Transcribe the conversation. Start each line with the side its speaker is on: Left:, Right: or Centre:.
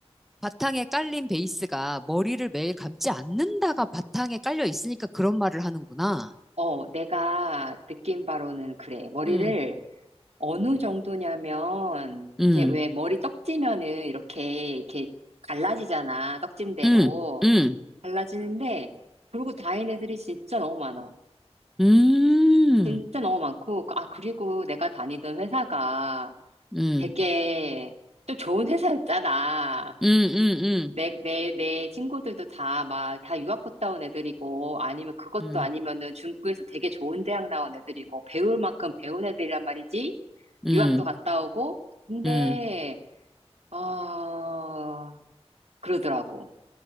Centre: 바탕에 깔린 베이스가 머리를 매일 감지 않는다가 바탕에 깔려 있으니까 그런 말을 하는구나.
Right: 어, 내가 느낀 바로는 그래. 머리를
Centre: 음.
Right: 어느 정도냐면,
Centre: 음,
Right: 이게 왜 머리 떡지면은 이렇게, 이렇게 갈라지잖아. 떡진 대로.
Centre: 음, 음,
Right: 갈라지는데, 그러고 다닌 애들이 진짜 너무 많아.
Centre: 음,
Right: 진짜 너무 많고, 아, 그리고 내가 다니던 회사가
Centre: 음,
Right: 되게 좀 좋은 회사였잖아.
Centre: 음, 음,
Right: 내, 내, 내 친구들도 다 막, 다 유학 갔다 온 애들이고, 아니면 그것도
Centre: 음,
Right: 아니면은 중국에서 되게 좋은 대학 나온 애들이고, 배울 만큼 배운 애들이란 말이지?
Centre: 음,
Right: 유학도 갔다 오고, 근데,
Centre: 음,
Right: 어, 그러더라고.